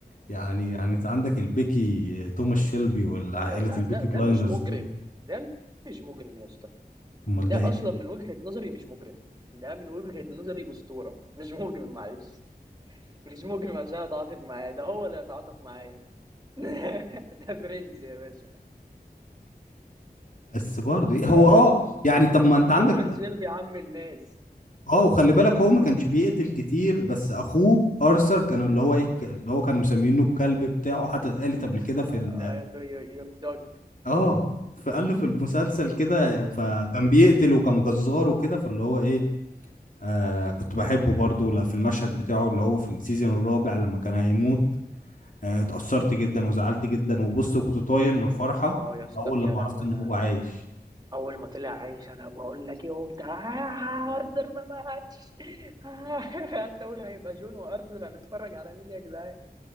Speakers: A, on the left; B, on the right.
A: يعني يعني انت عندك البيكي آه، توماس شيلبي والعائله
B: لا لا
A: البيكي
B: ده ده
A: بلايندرز
B: مش مجرم
A: دول
B: ده مش مجرم يا اسطى
A: امال
B: ده
A: ده ايه
B: اصلا من وجهة نظري مش مجرم ده من وجهة نظري اسطورة مش مجرم معلش مش مجرم عشان اتعاطف معاه ده هو اللي اتعاطف معايا <laughs> ده برنس يا باشا
A: بس برضه إيه
B: ده
A: هو اه يعني طب ما انت عندك
B: توماس جيلبي عم الناس
A: اه وخلي بالك هو ما كانش بيقتل كتير بس اخوه ارثر كان اللي هو ايه الك- اللي هو كانوا مسمينه الكلب بتاعه حتى اتقالت قبل كده في ال
B: قال له يور دوج
A: اه فقال له في المسلسل كده فكان بيقتل وكان جزار وكده فاللي هو ايه آه كنت بحبه برضه لا في المشهد بتاعه اللي هو في السيزون الرابع لما كان هيموت آه اتأثرت جدا وزعلت جدا وبص كنت طاير من الفرحة
B: اه يا اسطى
A: اول
B: يا
A: لما مم.
B: لهوي
A: عرفت ان
B: انا
A: هو عايش
B: اول ما طلع عايش انا بقول لك ايه قمت آه، ارثر ما ماتش <laughs> آه، قلت اقول هيبقى جون وارثر هنتفرج على مين يا جدعان